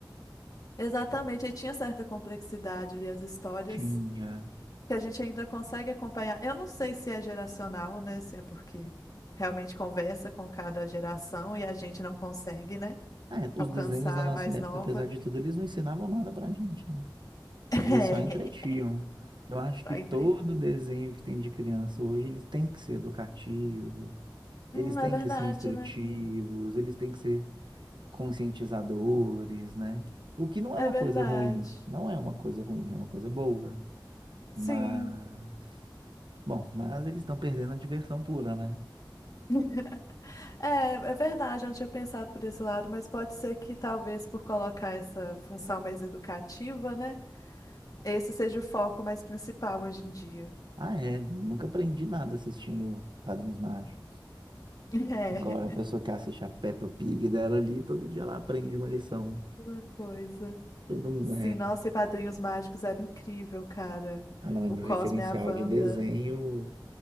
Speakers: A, on the left (about 45°); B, on the right (about 65°).
A: Exatamente, aí tinha certa complexidade ali as histórias
B: Tinha.
A: que a gente ainda consegue acompanhar. Eu não sei se é geracional, né? Se é porque realmente conversa com cada geração e a gente não consegue, né?
B: Ah, é, os
A: Alcançar
B: desenhos da nossa
A: a mais
B: época,
A: nova.
B: apesar de tudo, eles não ensinavam nada pra gente, né?
A: <laughs>
B: Eles só entretinham. Eu acho
A: Aí
B: que todo
A: entrei.
B: desenho que tem de criança hoje, eles têm que ser educativo,
A: Hum,
B: eles têm
A: é verdade,
B: que ser instrutivos,
A: né?
B: eles têm que ser conscientizadores, né? O que não
A: É
B: é uma
A: verdade.
B: coisa ruim, não é uma coisa ruim, é uma coisa boa.
A: Sim.
B: Mas, bom, mas eles estão perdendo a diversão pura, né?
A: <laughs> É, é verdade, eu não tinha pensado por esse lado, mas pode ser que talvez por colocar essa função mais educativa, né? Esse seja o foco mais principal hoje em dia.
B: Ah, é, nunca aprendi nada assistindo Padrinhos Mágicos.
A: <laughs>
B: Agora, a pessoa que assiste a Peppa Pig dela ali, todo dia ela aprende uma lição.
A: É, uma coisa.
B: Todo mundo,
A: Sim, nossa, e Padrinhos Mágicos era incrível, cara.
B: Ah, não, é
A: O
B: meu
A: Cosme
B: referencial
A: e a Wanda.
B: de desenho,